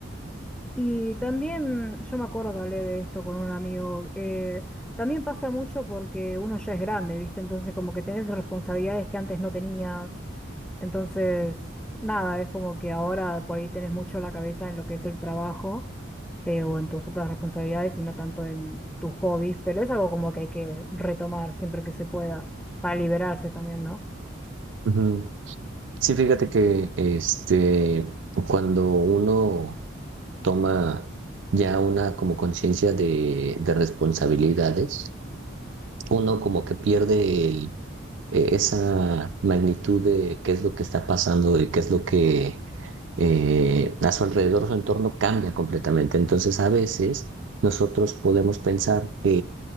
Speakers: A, in the centre; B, on the right.
A: Y también, yo me acuerdo que hablé de esto con un amigo, eh, también pasa mucho porque uno ya es grande, ¿viste? Entonces como que tenés responsabilidades que antes no tenías. Entonces, nada, es como que ahora por ahí tenés mucho la cabeza en lo que es el trabajo eh, o en tus otras responsabilidades y no tanto en tus hobbies, pero es algo como que hay que retomar siempre que se pueda para liberarse también, ¿no?
B: Ujú. Sí, fíjate que este, cuando uno toma ya una como conciencia de, de responsabilidades, uno como que pierde eh, esa magnitud de qué es lo que está pasando y qué es lo que eh, a su alrededor, su entorno cambia completamente. Entonces, a veces nosotros podemos pensar que